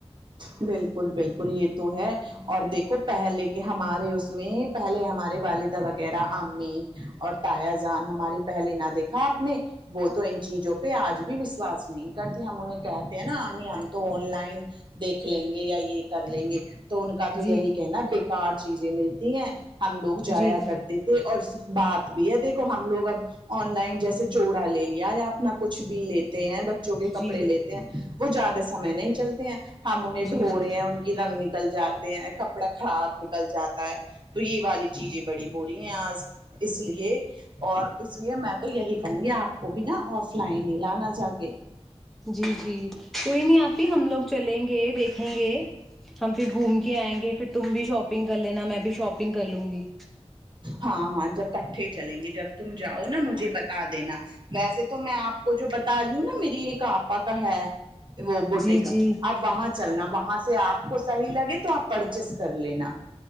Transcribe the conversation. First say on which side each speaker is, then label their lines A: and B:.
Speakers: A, on the right; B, in the centre.
A: بالکل بالکل یہ تو ہے اور دیکھو پہلے کے ہمارے اس میں پہلے ہمارے والدہ وغیرہ امی اور تایا جان ہماری پہلے نہ دیکھا آپ نے وہ تو ان چیزوں پہ آج بھی وشواس نہیں کرتی ہم انہیں کہتے ہیں نا ہمیں ہم تو آن لائن دیکھ لیں گے یا یہ کر لیں گے تو ان کا تو
B: جی
A: یہی کہنا بیکار چیزیں ملتی ہیں ہم لوگ جایا
B: جی
A: کرتے
B: جی
A: تھے اور سہ بات بھی ہے دیکھو ہم لوگ اب آن لائن جیسے جوڑا لے لیا یا اپنا کچھ بھی لیتے ہیں بچوں کے کپڑے
B: جی
A: لیتے ہیں وہ زیادہ سمے نہیں چلتے ہیں ہم انہیں
B: جی
A: دھو
B: جی
A: رہے ہیں ان کے رنگ نکل جاتے ہیں کپڑا خراب نکل جاتا ہے تو یہ والی چیزیں بڑی ہوتی ہیں آج اس لیے اور اس لیے میں تو یہی کہوں گی آپ کو بھی نا آف لائن ہی لانا جا کے
B: جی جی کوئی نہیں آپی ہم لوگ چلیں گے دیکھیں گے ہم پھر گھوم کے آئیں گے پھر تم بھی شاپنگ کر لینا میں بھی شاپنگ کر لوں گی
A: ہاں ہاں جب اکھٹے چلیں گے جب تم جاؤ نا مجھے بتا دینا ویسے تو میں آپ کو جو بتا رہی ہوں نا میری ایک آپا کا ہے وہ بوٹے
B: جی
A: کا
B: جی
A: آپ وہاں چلنا وہاں سے آپ کو صحیح لگے تو آپ پرچیز کر لینا